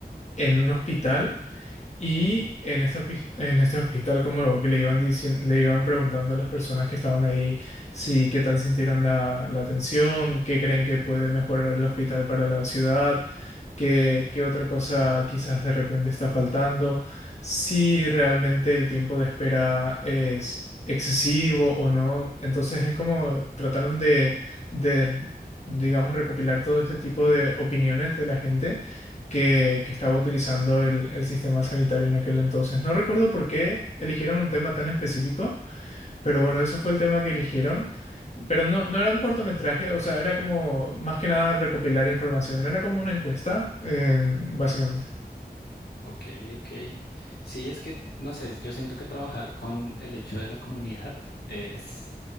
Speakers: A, on the left; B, on the left.
A: en un hospital. Y en este, hospi- en este hospital, como lo que le iban diciendo, le iban preguntando a las personas que estaban ahí si qué tal sintieron la, la atención, qué creen que puede mejorar el hospital para la ciudad, qué, qué otra cosa quizás de repente está faltando, si realmente el tiempo de espera es excesivo o no. Entonces es como trataron de, de digamos, recopilar todo este tipo de opiniones de la gente que, que estaba utilizando el, el sistema sanitario en aquel entonces. No recuerdo por qué eligieron un tema tan específico, pero bueno, eso fue el tema que eligieron. Pero no, no era un cortometraje, o sea, era como más que nada recopilar información, era como una encuesta, en- básicamente.
B: Ok, ok. Sí, es que, no sé, yo siento que trabajar con el hecho de la comunidad es